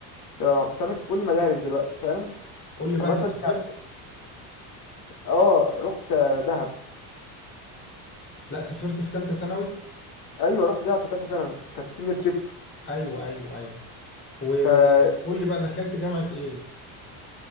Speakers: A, on the left; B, on the left.
A: تبقى بتعمل في كل المدارس دلوقتي فاهم
B: قول لي بقى
A: فمثلا
B: انت سافرت
A: يعني، اه رحت دهب
B: لا سافرت في ثالثه ثانوي
A: ايوه رحت دهب في ثالثه ثانوي كانت سينيور تريب
B: ايوه ايوه ايوه وقول
A: فدخلت
B: لي بقى دخلت جامعة ايه